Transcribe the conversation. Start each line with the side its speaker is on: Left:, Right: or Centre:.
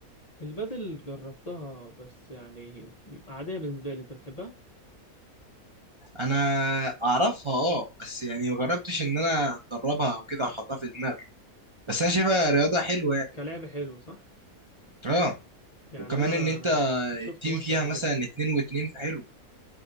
Left: البدل جربتها بس يعني عادية بالنسبة لي انت بتحبها
Right: انا اعرفها اه بس يعني ما جربتش ان انا اتدربها او كده احطها في دماغي بس انا شايفها رياضه حلوه يعني
Left: كلعب حلو صح
Right: اه
Left: يعني
Right: وكمان
Left: انا
Right: ان انت
Left: كنت شفت
Right: التيم
Left: ماتش
Right: فيها
Left: قبل
Right: مثلا
Left: كده
Right: اتنين واتنين فحلو